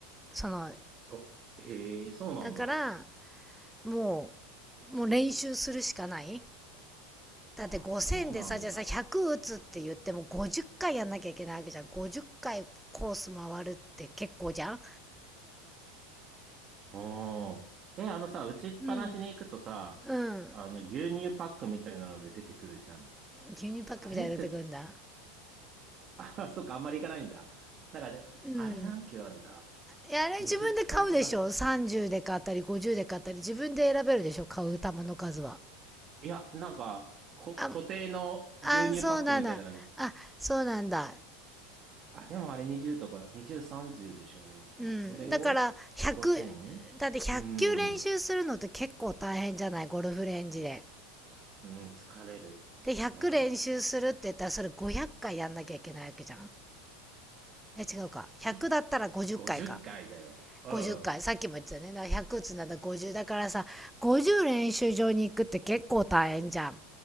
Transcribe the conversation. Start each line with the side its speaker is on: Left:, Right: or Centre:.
Centre: その
Right: が、へえ、そうなんだ。
Centre: だからもうもう練習するしかないだって5000でさじゃあさ100打つって言っても50回やんなきゃいけないわけじゃん50回コース回るって結構じゃん
Right: ああ、そうなんだ。うん。え、あのさ、打ちっぱなしに行くとさ、
Centre: うんうん
Right: あの、牛乳パックみたいなので出てくるじゃん。
Centre: 牛乳パックみたいに出てくるんだ
Right: あれって、<laughs> あ、そっか、あんまり行かないんだ。なんかね、
Centre: うん
Right: あれ何球あんだ
Centre: いやあれ自分で買うでしょ30で買ったり50で買ったり自分で選べるでしょ買う球の数は
Right: ?20 球ぐらいかな。いや、なんか、こ、
Centre: あ
Right: 固定の牛乳パックみたいなのに
Centre: あそうなんだあそうなんだ
Right: あ、でもあれ20とか、20、30でしょ、言っても。
Centre: うんだから100
Right: それを5000、
Centre: だって100球練習するのって結構大変じゃないゴルフレンジで
Right: うん、うん、疲れる。
Centre: で100練習するって言ったらそれ500回やんなきゃいけないわけじゃん
Right: うん。
Centre: え違うか100だったら50回か
Right: え、50回だよ。うん。
Centre: 50回さっきも言ってたねだから100つなんだ50だからさ50練習場に行くって結構大変じゃん